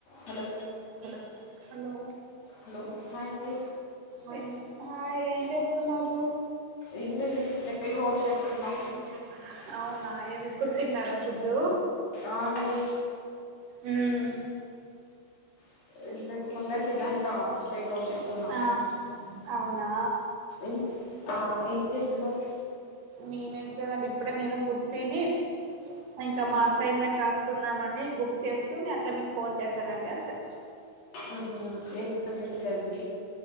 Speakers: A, on the left; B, on the right.
A: Hello
B: hello hello
A: hello hi అండి
B: చెల్లి hi ఏంచేస్తున్నావ్ నువ్వు
A: ఏం లేదండి ప్లేట్
B: ఏం
A: వాష్
B: లేదండి
A: చేస్తున్నా
B: ప్లేట్ వాష్ చేస్తున్న అవునా ఏమి ఇప్పుడు తిన్నారా ఫుడ్డు
A: ఆ అండి
B: ఉమ్
A: <unintelligible> తిన్న ఇంకా ఫేట్ వాష్ చేస్తున్నా
B: ఆ అవునా
A: ఏం ఆ ఏం చేస్తున్నారు
B: మీమే దండి ఇప్పుడే నేను ఫుడ్ తిని ఇంకా మా
A: ఆ
B: అసైన్మెంట్ రాసుకుందమ ని బుక్ చేస్తూ నేను అట్లా మీకు ఫోన్ చేశానండి అంతే
A: ఆహ వేస్త రంటిచారండి